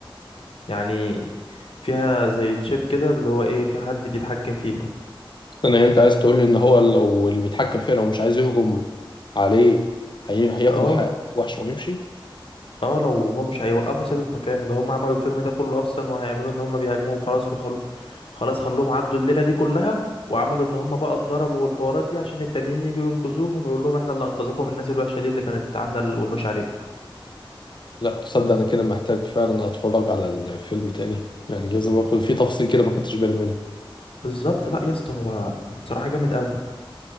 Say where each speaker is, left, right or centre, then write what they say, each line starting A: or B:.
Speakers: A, on the left; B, on the left.
A: يعني فيها زي تشيب كده اللي هو ايه في حد بيتحكم فيها
B: انت عايز تقول لي ان هو لو اللي بيتحكم فيها لو مش عايز يهجم عليه هي- هياخد
A: اه
B: الح- الوحش ويمشي
A: اه لو هو مش هيوقفه ثابت مكانه ده هم عملوا الفيلم ده كله اصلا وهيعملوا ان هم بيهاجموا وخلاص وخلو خلاص خلوهم عدوا الليلة دي كلها وعملوا ان هم بقى اتضربوا والحوارات دي عشان التانيين يجوا ينقذوهم ويقول لهم احنا اللي انقذكم من الناس الوحشة دي اللي كانت عاملة الوحوش عليكم
B: لا تصدق انا كده محتاج فعلا اتفرج على الفيلم تاني يعني لازم اخد فيه تفصيل كده ما خدتش بالي منه
A: بالظبط لا يا اسطى هو بصراحة جامد قوي